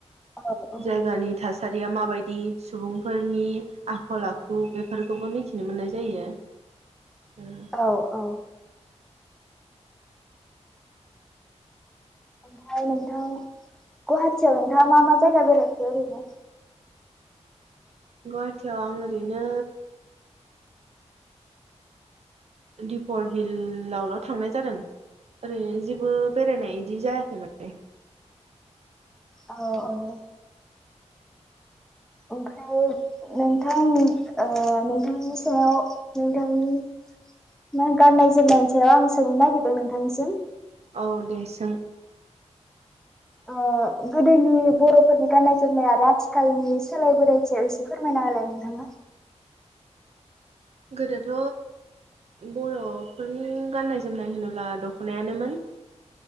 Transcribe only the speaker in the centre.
औ औ
औ औ ओमफ्राय नोंथां गुवाहाटियाव नोंथाङा मा मा जायगा बेरायखो ओरैनो
औ औ ओमफ्राय नोंथां ओ नोंथांनि सायाव नोंथांनि नों गाननाय जोमनायनि सायाव आं सोंनो नागिरदों नोंथांनिसिम
ओ गोदोनि बर'फोरनि गाननाय जोमनाय आरो आथिखालनि सोलाय बोनाय सायाव एसे फोरमायना होलाय नोंथाङा